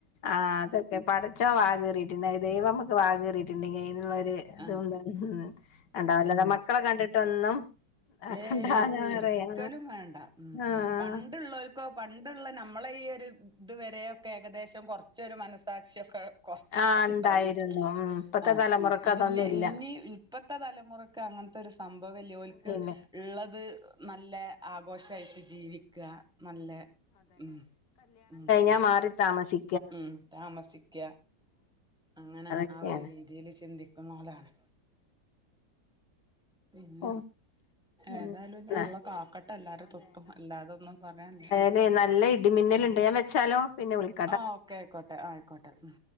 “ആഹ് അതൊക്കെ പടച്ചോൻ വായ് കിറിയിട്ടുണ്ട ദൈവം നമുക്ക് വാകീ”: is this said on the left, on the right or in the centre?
Left